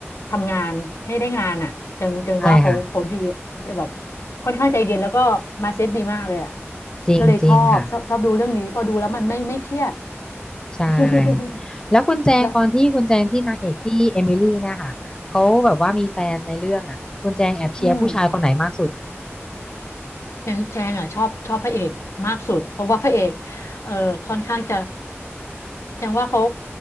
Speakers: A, on the left; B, on the left.
A: ทำงานให้ได้งานอ่ะจังจังว่าเขาเขาดี
B: ใช่ค่ะ
A: แบบค่อนข้างใจเย็นแล้วก็ mindset ดีมากเลยอ่ะ
B: จริงจริงค่ะ
A: ก็เลยชอบชอบชอบดูเรื่องนี้พอดูแล้วมันไม่ไม่เครียด
B: ใช่
A: <laughs>
B: แล้วคุณแจงตอนที่คุณแจงที่นางเอกที่เอมิลี่เนี่ยค่ะเขาแบบว่ามีแฟนในเรื่องอ่ะคุณแจงแอบเชียร์ผู้ชายคนไหนมากสุด
A: แล้วอืม แจงแจงอ่ะชอบชอบพระเอกมากสุดเพราะว่าพระเอกเออค่อนข้างจะแจงว่าเขา